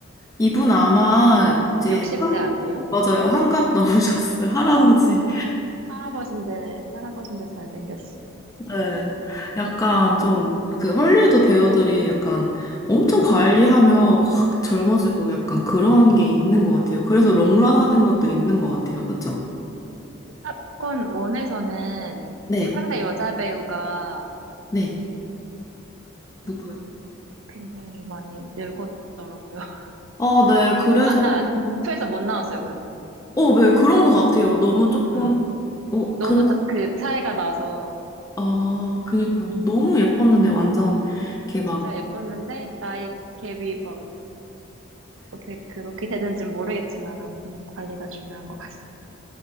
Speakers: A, on the left; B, on the right.
A: 이분 아마 이제
B: 60대
A: 한-
B: 아니에요?
A: 맞아요. 환갑 넘으셨어요. <laughs> 할아버지.
B: 할아버지인데 할아버지인데 잘생겼어.
A: 네. 약간 좀 그 헐리우드 배우들이 약간 엄청 관리하며 확 젊어지고 약간 그런 게 있는 것 같아요. 그래서 롱런 하는 것도 있는 것 같아요. 그쵸?
B: 탑건 원에서는
A: 네.
B: 상대 여자 배우가
A: 네. 누구요?
B: 옆에 온- 굉장히 많이 늙었더라고요. <laughs>
A: 아, 네. 그래서
B: 안 나왔,
A: 좀-
B: 투에서 못 나왔어요, 그래서.
A: 어, 네. 그런 것 같아요. 너무 조금
B: 음,
A: 어, 그래.
B: 너무 사- 그 차이가 나서,
A: 아,
B: 뭐,
A: 그니까요. 너무 예뻤는데 완전 이렇게 막
B: 진짜 예뻤는데, 나이 갭이 막, 어떻게 그렇게 됐는지는 모르겠지만, 아무튼 관리가 중요한 것 같습니다.